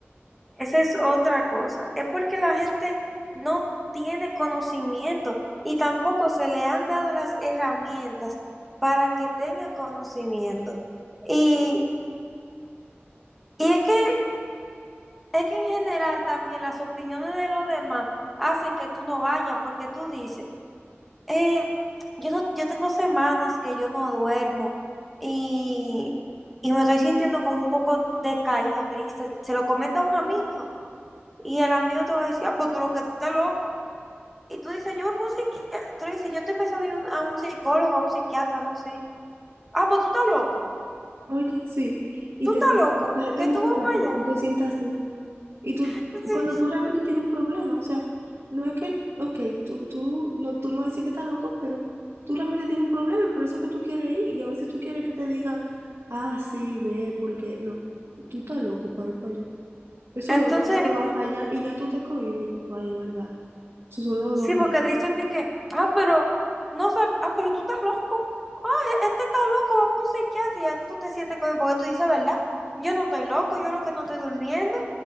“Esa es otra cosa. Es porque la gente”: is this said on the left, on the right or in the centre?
Centre